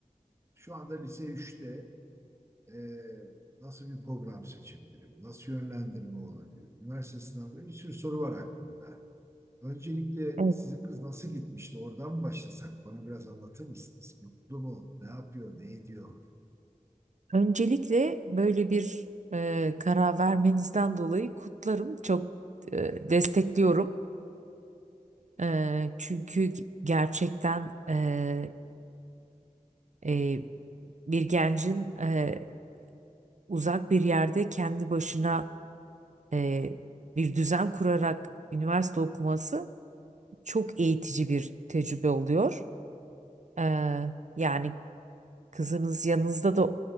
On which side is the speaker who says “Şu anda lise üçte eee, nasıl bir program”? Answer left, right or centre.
Right